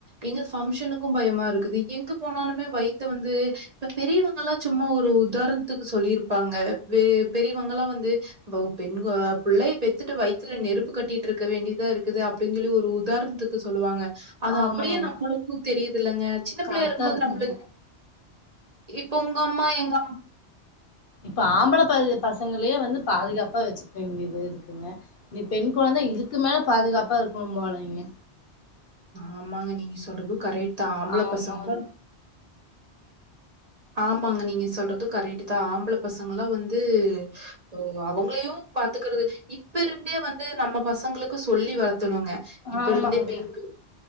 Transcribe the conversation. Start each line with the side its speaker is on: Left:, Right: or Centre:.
Right: எங்க ஃபங்க்ஷனுக்கும் பயமா இருக்குது எங்க போனாலுமே வயித்த வந்து இப்ப பெரியவங்கலா சும்மா ஒரு உதார்ண்த்துக்கு சொல்லிருப்பாங்க வே பெரியவங்கலா வந்து வோ பெண்கோ புள்ளைய பெத்துட்டு வயித்ல நெருப்பு கட்டிட்ருக்க வேண்டிதா இருக்குது அப் அப்டின் சொல்லி ஒரு உதார்ண்த்துக்கு சொல்லுவாங்க அது
Left: ஆமாங்க
Right: அப்புடியே நம்மளுக்கு தெரிதிலங்க சின்ன பிள்ளையா
Left: கரெக்டா
Right: இருக்குமோது
Left: இருக்குங்க
Right: நம்ளுங்க இப்ப உங்க அம்மா எங்க அம்மா
Left: இப்போ ஆம்பள பைய்லுக பசங்களே வந்து பாதுகாப்பா வச்சுக்க வேண்டிது இருக்குங்க இனி பெண் குழந்த இதுக்கு மேல பாதுகாப்பா இருக்கணும் போலய்ங்க
Right: ஆமாங்க நீங்க சொல்றது கரெட்தா ஆம்பள
Left: ஆமாங்க
Right: பசங்க ஆமாங்க நீங்க சொல்றது கரெட்டுதா ஆம்பள பசங்கலா வந்து போ அவங்களையு பாத்துக்கறது இப்ப இருந்தே வந்து நம்ம பசங்களுக்கு சொல்லி வளர்த்துணுங்க இப்ப
Left: ஆமாங்க
Right: இருந்தே பெண்க்கு